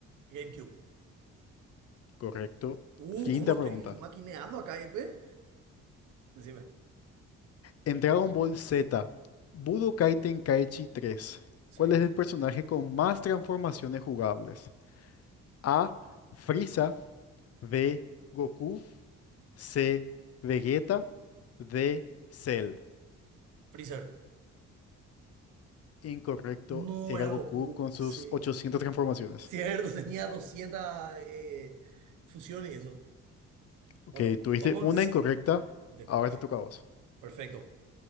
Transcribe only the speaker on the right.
GameCube.
Uh,
¿cómo estoy
maquineando acá, eh? pues? Decime.
Sí.
Freezer.
No
era
Goku,
sí.
Cierto, <laughs> tenía 200 eh, fusiones y eso.
Bueno,
vamos
en
cinco. De-
ok,
perfecto.